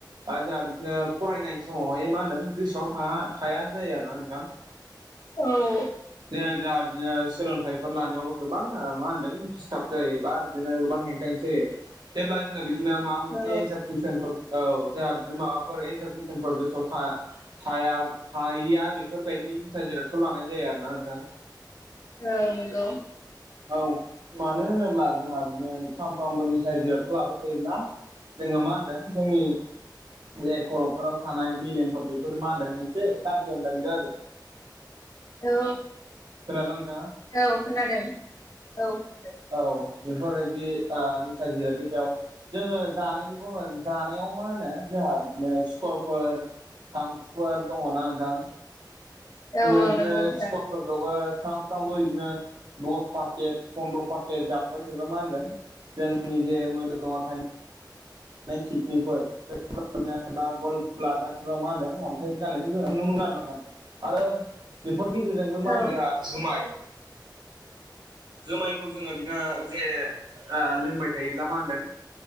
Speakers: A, on the right (about 70°); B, on the left (about 45°).
A: ओ जोंहा बिदिनो फरायनाय समावहाय मा होनदों गोसोआव था- थाया जायो आरोना नोंथां। <unintelligible>
B: औ
A: जे जोंहा बिदिनो सोलोंथाइफोर लानायावबो गोबां ओ मा होनदों डिस्टार्ब जायोबा बिदिनो गोबां हें जायो। जेब्ला जोङो बिदिनो माबा मोनसे
B: औ
A: एनसार कुइसनफोर औ जोंहा बिदिनो माबाफोर एनसार कुइसनफोर गोसोआव था थाया थायिया बेफोरबायदि निसा जिरादखौ लानायानो जाया आरो ना नोंथां।
B: औ नंगौ
A: औ मानो होनोब्ला जोंहा बिदिनो सामफ्रामबो मिथाइ जिरादखौ लाबाय थायोब्ला जोङो मा होनदों जोंनि बे खर'फोराव थानाय मेलेमफोर बेफोरो मा होनदों एसे गारजि जानो नागिरो आरो। <unintelligible>
B: औ
A: खोनादोंना नोंथाङा?
B: औ खोनादों औ खोनादों।
A: औ बेफोरबायदि निसा जिरादनि सायाव जोङो जानायनि बुङो जानायाव मा होनो जोंहा बिदिनो स्कलफोर थांखुफोर दङना नोंथां।
B: औ
A: जोङो
B: औ
A: बिदिनो
B: नंगौ नोंथां
A: स्करफोरखौबो सानफ्रामबो बिदिनो दस पाकेट फन्द्र' पाकेट जाबाय थायोबा मा होनदों जोंनि जे मोदोमाव था <unintelligible> सिकनिफोर बे <unintelligible> गल ब्लादारफोराव मा होनदों अन्थाइफोर जानायखौ जों नुनो मोनो आरो नोंथां आरो बेफोर गेजेरजोंबो मा होनो
B: औ
A: जोंहा जुमाय जुमायखौ जोङो बि <unintelligible> जे लोंबाय थायोब्ला मा होनदों